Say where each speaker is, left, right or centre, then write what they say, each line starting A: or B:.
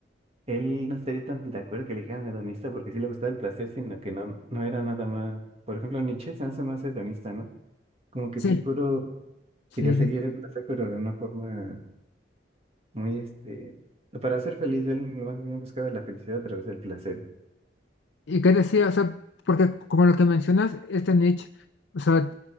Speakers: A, on the right (about 35°); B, on the left (about 80°).
A: él no estaría tan de acuerdo que le dijeran hedonista porque sí le gustaba el placer, sino que no, no era nada más. Por ejemplo, Nietzsche se hace más hedonista, ¿no? Como que
B: Sí,
A: Epicuro
B: sí.
A: quería
B: hedonista.
A: seguir el placer, pero de una forma muy, este, para ser feliz, él más bien buscaba la felicidad a través del placer.
B: ¿Y qué decía? O sea, porque como lo que mencionas, este Nietzsche, o sea,